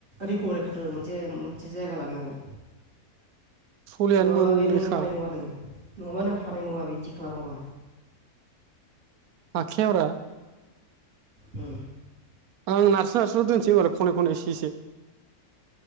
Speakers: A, on the right (about 55°); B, on the right (about 70°).
A: रेकरैखाथ मोनसे- मोनसे जायगा लानानै
B: सलियानो
A: नङाबा
B: मोननोखा
A: बे नों हानाय नङा नोङो नङाबा नों हानाय नङा बे बिदि खालामाबा।
B: आखियाव ब्रा
A: ओ
B: आं नारसो नारस्रल' दोनसै होमबालाय खनै- खनै इसे -इसे